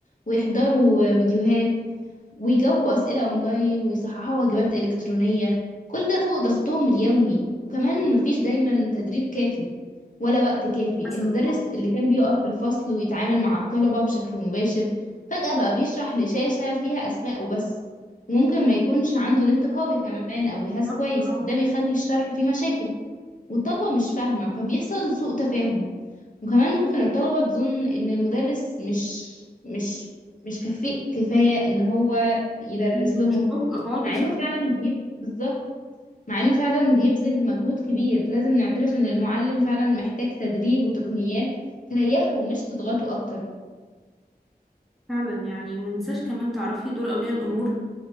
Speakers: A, on the left (about 50°); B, in the centre.
A: ويحضروا فيديوهات ويجاوبوا أسئلة أونلاين ويصححوا واجبات إلكترونية كل ده فوق ضغطهم اليومي وكمان مفيش دايما تدريب كافي ولا وقت كافي
B: حسب
A: المدرس
B: اه
A: اللي كان بيقف في الفصل ويتعامل مع الطلبة بشكل مباشر فجأة بقى بيشرح لشاشة فيها أسماء وبس وممكن ما يكونش عنده نت قوي كمان أو جهاز
B: بالظبط،
A: كويس
B: اه
A: ده بيخلي الشرح فيه مشاكل والطلبة مش فاهمة فبيحصل سوء تفاهم وكمان ممكن الطلبة تظن إن المدرس مش مش مش كفء كفاية إن هو يدرس
B: أيوة،
A: لهم
B: مش كفء خالص
A: مع إنه
B: اه
A: فعلا بيب بالظبط مع إنه فعلا بيبذل مجهود كبير لازم نعترف إن المعلم فعلا محتاج تدريب وتقنيات تريحه مش تضغطه أكتر
B: فعلا يعني ومننساش كمان تعرفي دور أولياء الأمور